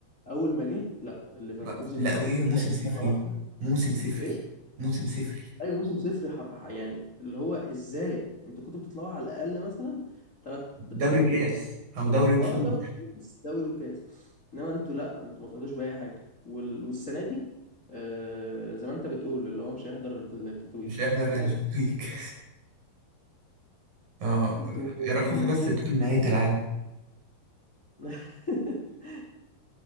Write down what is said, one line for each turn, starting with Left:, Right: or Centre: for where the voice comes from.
Left: اول ما جه لا ليفركوزن
Right: ما- لا وايه موسم
Left: فاق
Right: صفري
Left: مره واحده
Right: موسم صفري
Left: ايه
Right: موسم صفري
Left: اي موسم صفر حر... يعني اللي هو ازاي انتوا كنتوا بتطلعوا على الاقل مثلا ثلاث بثلاث
Right: دوري
Left: بطولات
Right: كاس او دوري وصول
Left: اه دوري وكاس دوري وكاس انما انتوا لا انتوا ما طلعتوش باي حاجه وال... والسنه دي آه زي ما انت بتقول اللي هو مش هيحضر التتويج
Right: مش هيحضر
Left: مش
Right: التتويج
Left: عارف
Right: <laughs> اه
Left: انتوا
Right: يا رب خوفي
Left: المفروض
Right: بس تكون نهايه العالم
Left: <laughs>